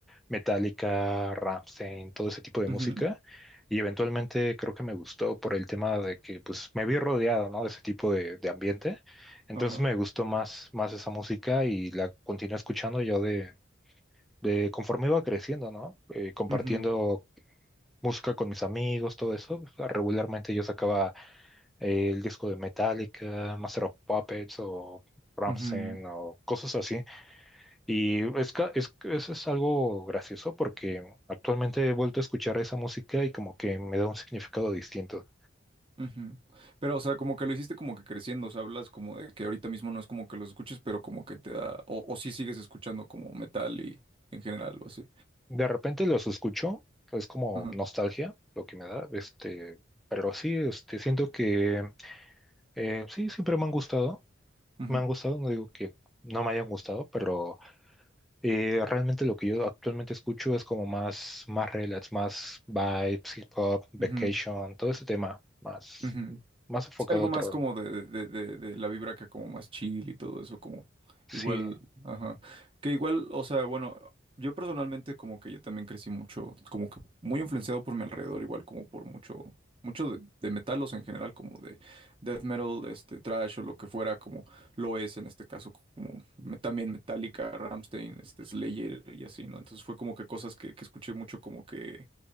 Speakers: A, in the centre; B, on the right.
A: Metallica, Rammstein, todo ese tipo de música.
B: Ujú,
A: Y eventualmente creo que me gustó por el tema de que pues me vi rodeado, ¿no? De ese tipo de, de ambiente. Entonces
B: Ajá.
A: me gustó más, más esa música y la continué escuchando yo de, de conforme iba creciendo, ¿no? Eh, compartiendo
B: Ujú,
A: música con mis amigos, todo eso. pues, Regularmente yo sacaba eh, el disco de Metallica, Master of Puppets o Rammstein
B: ujú.
A: o cosas así. Y es, ca- es, eso es algo gracioso porque actualmente he vuelto a escuchar esa música y como que me da un significado distinto.
B: Ujú. Pero, o sea, como que lo hiciste como que creciendo, o sea, hablas como de que ahorita mismo no es como que los escuches, pero como que te da, o, o sí sigues escuchando como metal y en general o así.
A: De repente los escucho, es como
B: Ajá.
A: nostalgia lo que me da, este, pero sí, este, siento que eh, sí, siempre me han gustado,
B: Ujú,
A: me han gustado, no digo que no me hayan gustado, pero... Eh, realmente lo que yo actualmente escucho es como más, más relax, más vibes, hip hop, vacation,
B: ujú,
A: todo ese tema, más,
B: ujú.
A: más enfocado
B: Sí, algo
A: a otro.
B: más como de, de, de, de- la vibra acá como más chill y todo eso, como
A: Sí,
B: igual, ajá. Que igual, o sea, bueno, yo personalmente como que yo también crecí mucho, como que muy influenciado por mi alrededor, igual como por mucho, mucho de, de metal, o sea en general, como de death metal, este, thrash o lo que fuera, como lo es en este caso, como me- también Metallica, Rammstein, este, Slayer y así, ¿no? Entonces fue como que cosas que, que escuché mucho como que